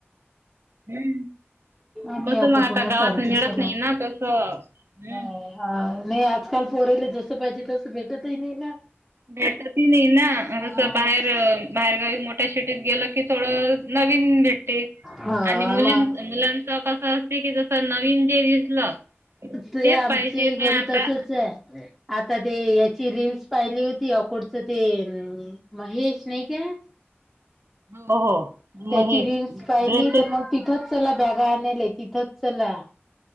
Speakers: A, on the right; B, in the centre.
A: हम्म.
B: आमी
A: कसं
B: या
A: मग
B: कोट
A: आता
B: वर्णन
A: गावात
B: आणतो
A: मिळत
B: सगळ,
A: नाही ना तसं हम्म.
B: नाही हा नाही आजकाल पोरला जस पाहिजे तस भेटतही नाही ना.
A: भेटती नाही ना
B: हा
A: तस बाहेर बाहेरगावी मोठ मोठ्या शीटीत गेलं की थोडं नवीन भेटते.
B: हा
A: आणि मुलीं
B: मग
A: मुलांच कस असते की, जसं नवीन जे दिसलं
B: ते
A: तेच
B: आमच्या
A: पाहिजे ना
B: घरी
A: आता
B: तसचे, आता ते याची रीलस पाहिली होती. अकोडचं ते महेश नाही का?
A: हो हो
B: त्याची
A: हे
B: रील पाहिली
A: ड्रेसेस
B: त मग तिथ चला बॅग गा अनले तिथच चला.